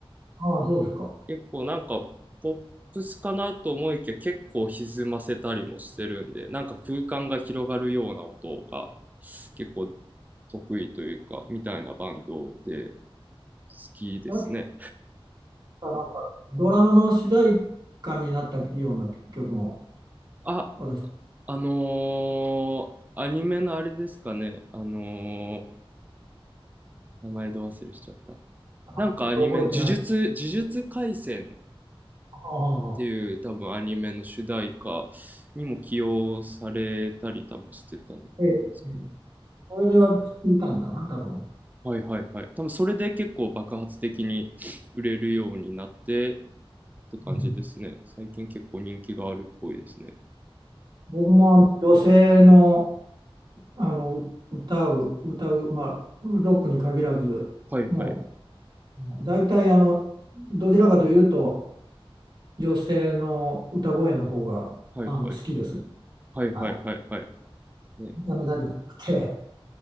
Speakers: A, on the right; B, on the right.
A: あ、ああそうですか。
B: 結構なんかポップスかなと思いきや結構歪ませたりもしてるんで、なんか空間が広がるような音が結構得意というか、みたいなバンドで好きですね。
A: 確かなんかドラマの主題歌になったような曲も
B: あ、
A: 私
B: あのー、アニメのあれですかね。あのー、名前ど忘れしちゃった。
A: はっきりと覚えてない。
B: なんかアニメ、呪術、呪術廻戦っ
A: ああ、
B: ていう多分アニメの主題歌にも起用されたり多分してたと思うんですけどね。
A: ええ、それで私聞いたんだな、多分。
B: はいはいはい。多分それで結構爆発的に売れるようになってって感じですね。
A: うん
B: 最近結構人気があるっぽいですね。
A: 僕もあの女性の、あのう歌う、歌う、まあ、ロックに限らず、
B: はいはい。
A: もう大体あの、どちらかというと、女性の歌声の方があの好きですね。
B: はいはい。はいはいはいはい。
A: はい。
B: ね。
A: 見た目だけじゃなくて、